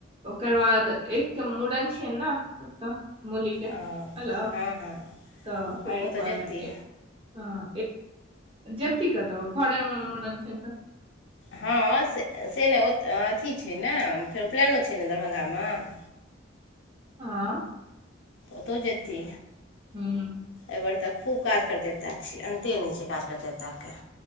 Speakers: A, on the right; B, on the left.
A: ओकर बाद एक मुड़न छै न औतऽ मुलि के
B: ओ
A: अल
B: हँ हँ
A: तऽ फेर
B: हँ ओ तऽ
A: कल
B: जेतै
A: एक हाँ जे <unintelligible> तऽ घरेमे मुरन छै तऽ <unintelligible>
B: हँ से ने औत नहि अथी छै ने फेर उपलैनो छै ने दरभंगा मे <inaudible>
A: आँय
B: ओतहु जेती
A: हँ
B: ताहि आर तऽ खूब काज करतेता छियै अन्ते नहि छै काज करतेता के